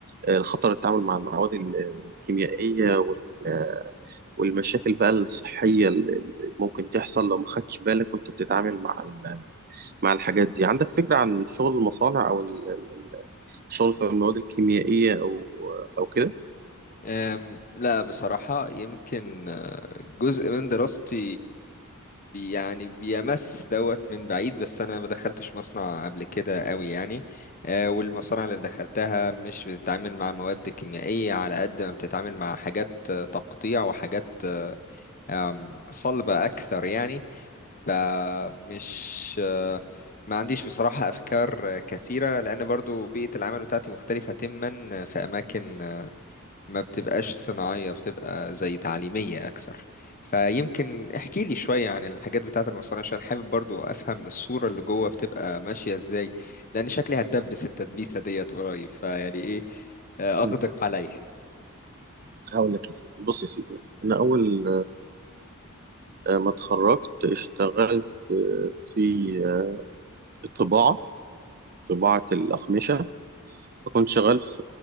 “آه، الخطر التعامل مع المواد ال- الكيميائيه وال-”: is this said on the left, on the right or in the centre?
Right